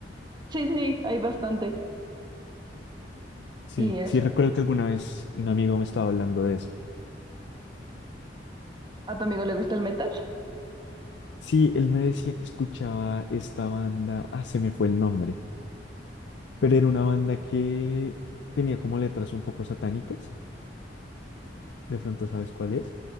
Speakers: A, on the right; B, on the left.
A: sí, sí, hay bastante.
B: Sí,
A: Y es,
B: sí, recuerdo que alguna vez un amigo me estaba hablando de eso.
A: ¿a tu amigo le gusta el metal?
B: Sí, él me decía que escuchaba esta banda, ah, se me fue el nombre, pero era una banda que tenía como letras un poco satánicas, de pronto sabes cuál es.